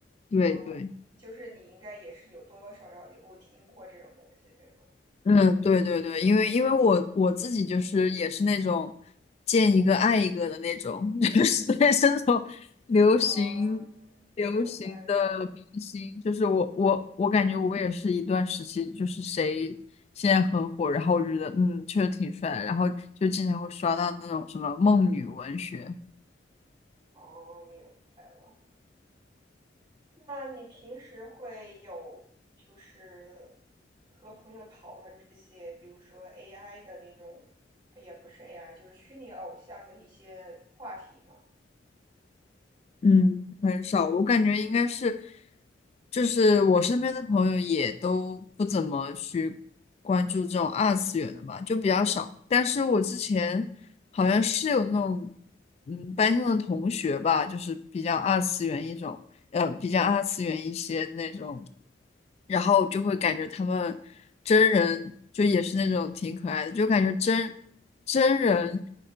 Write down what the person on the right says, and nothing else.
啊，
就是你应该也是有多多少少的我听过这种东西，对吗？
嗯，明白。
哦，明白了。那你平时会有就是和朋友讨论这些，比如说 AI 的那种，也不是 AI，就是虚拟偶像的一些话题吗？